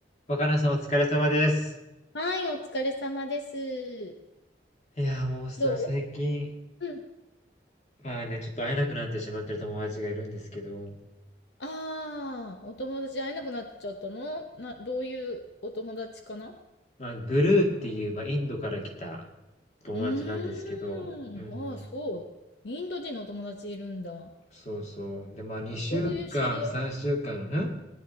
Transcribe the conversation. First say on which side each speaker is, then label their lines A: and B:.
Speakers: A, on the left (about 40°); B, on the left (about 75°).
A: 若菜さんお疲れ様です。
B: はい、お疲れ様です。
A: いや、もうさ、
B: ど
A: 最近、
B: ううん。
A: まあね、ちょっと会えなくなってしまってる友達がいるんですけど、
B: ああ、お友達会えなくなっちゃったのな、どういうお友達かな
A: まあ、グルーっていう、まあ、インドから来た友達なんですけど、
B: うーん。
A: うん、
B: ああ、そう。インド人のお友達いるんだ。
A: そうそう。で、まあ、2週間、
B: どういう知り合い
A: 3週間のね、